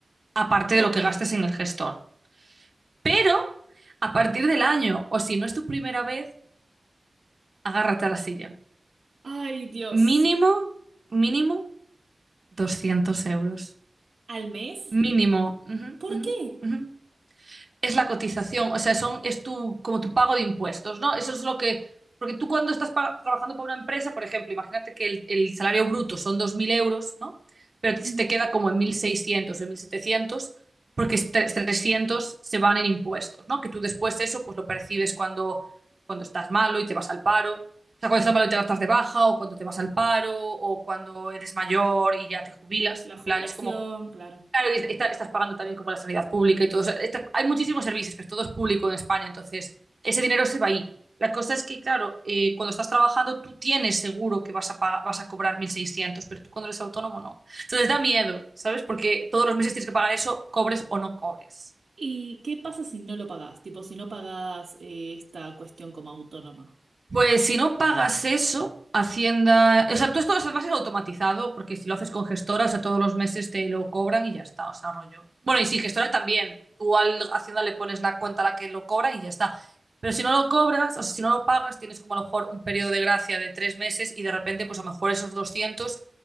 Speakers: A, on the right (about 45°); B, on the right (about 65°).
A: aparte
B: Ok.
A: de lo que gastes en el gestor. Pero a partir del año, o si no es tu primera vez, agárrate a la silla.
B: Ay, Dios.
A: Mínimo, mínimo 200 euros.
B: ¿Al mes?
A: Mínimo. Ujú,
B: ¿Por
A: ujú,
B: qué?
A: ujú. es la cotización, o sea, son, es tu, como tu pago de impuestos, ¿no? Eso es lo que, porque tú cuando estás pa- trabajando con una empresa, por ejemplo, imagínate que el, el salario bruto son 2.000 euros, ¿no? Pero te
B: Ujú.
A: te queda como en 1.600 o en 1.700 porque es tre- 300 se van en impuestos, ¿no? Que tú después eso pues lo percibes cuando, cuando estás malo y te vas al paro. O sea, cuando estás malo y te vas de baja, o cuando te vas al paro, o cuando eres mayor y ya te jubilas.
B: La
A: En
B: jubilación,
A: plan, es como
B: claro.
A: Claro, y está- estás pagando también como la sanidad pública y todo. O sea, está- hay muchísimos servicios, que es todo es público en España, entonces ese dinero se va ahí. La cosa es que, claro, eh, cuando estás trabajando tú tienes seguro que vas a, pagar- vas a cobrar 1.600, pero tú cuando eres autónomo no. Entonces da miedo, ¿sabes? Porque todos los meses tienes que pagar eso, cobres o no cobres.
B: ¿Y qué pasa si no lo pagás? Tipo, si no pagás eh, esta cuestión como autónoma.
A: Pues si no pagas eso, Hacienda. O sea, tú esto además es automatizado, porque si lo haces con gestora, o sea, todos los meses te lo cobran y ya está, o sea, rollo. Bueno, y si gestora
B: Ujú.
A: también. Tú al Hacienda le pones la cuenta a la que lo cobran y ya está. Pero si no lo cobras, o sea, si no lo pagas, tienes como a lo mejor un periodo de gracia de tres meses y de repente, pues a lo mejor esos 200,